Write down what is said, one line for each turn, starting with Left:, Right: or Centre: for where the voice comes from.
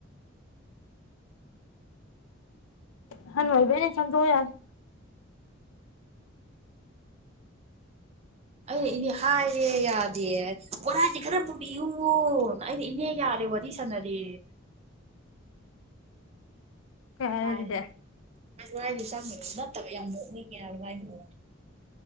Left: ꯑꯍꯜ ꯑꯣꯏꯕꯩꯅꯦ ꯈꯟꯗꯣꯛꯑꯑꯣ ꯌꯥꯔꯦ
Right: ꯑꯩꯅ ꯏꯅꯦ ꯍꯥꯏꯔꯦ ꯌꯥꯗꯦ ꯕꯣꯔꯥꯗꯤ ꯈꯔ ꯄꯨꯕꯤꯌꯨꯋꯣ ꯑꯩꯅ ꯏꯅꯦ ꯌꯥꯔꯦ ꯋꯥꯔꯤ ꯁ ꯁꯅꯔꯤꯌꯦ
Left: ꯀꯩ
Right: ꯍꯥꯏꯔꯦ
Left: ꯑꯗꯨꯗꯤ
Right: ꯑꯩꯁꯨ ꯍꯥꯏꯅꯦ ꯆꯥꯛ ꯅꯠꯇꯕ ꯌꯥꯝ ꯅꯣꯛꯅꯤꯡꯉꯦ ꯍꯥꯏꯕ ꯃꯥꯏ ꯃꯑꯣꯡꯗꯣ